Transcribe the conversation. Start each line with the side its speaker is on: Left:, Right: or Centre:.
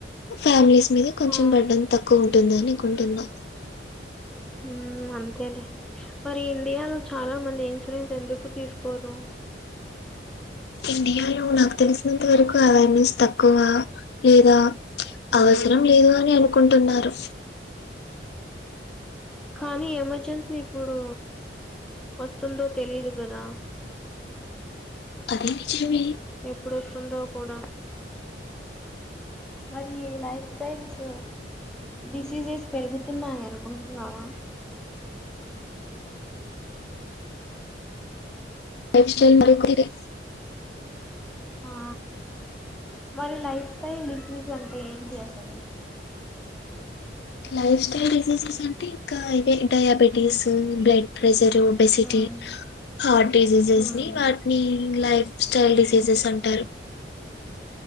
Left: ఫ్యామిలీస్ మీద కొంచెం
Centre: ఆ
Left: బడ్డన్ తక్కువ ఉంటుంది అని అనుకుంటున్నా
Centre: హు అంతేలే మరి ఇండియాలో చాలా మంది ఇన్సూరెన్స్ ఎందుకు తీసుకోరు
Left: ఇండియాలో నాకు తెలిసినంత వరకు అవేర్నెస్ తక్కువ లేదా
Centre: హ్మ్
Left: అవసరం లేదు అని అనుకుంటున్నారు
Centre: కానీ ఎమర్జెన్సీ ఇప్పుడు వస్తుందో తెలిదు కదా
Left: అధి నిజమే
Centre: ఎప్పుడస్తుందో కూడా మరి లైఫ్ స్టైల్సు డిసీజెస్ పెరుగుతున్నాయి అనుకుంటున్నావా
Left: లైఫ్ స్టైల్ మరొకరిది
Centre: ఆ మరి లైఫ్ స్టైల్ డిసీజ్ అంటే ఏంటి అసలు
Left: లైఫ్ స్టైల్ డిసీజెస్ అంటే ఇంకా ఇవే డయాబెటీసు బ్లడ్ ప్రెషరు ఒబెసిటీ,
Centre: హ్మ్
Left: హార్ట్ డిసీజెస్
Centre: హ్మ్
Left: ని వాటిని లైఫ్ స్టైల్ డిసీజెస్ అంటారు